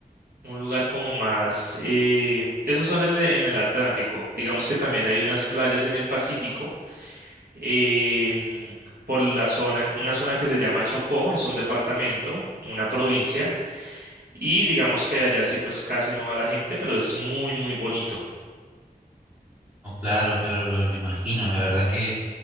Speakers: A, on the right; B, on the right.
A: un lugar como más... eh, esos son en, el en el Atlántico. Digamos que también hay unas playas en el Pacífico, em, por la zona, una zona que se llama Chocó, es un departamento, una provincia, y digamos que allá sí pues casi no va la gente, pero es muy, muy bonito.
B: No, claro, claro, lo, lo imagino. La verdad que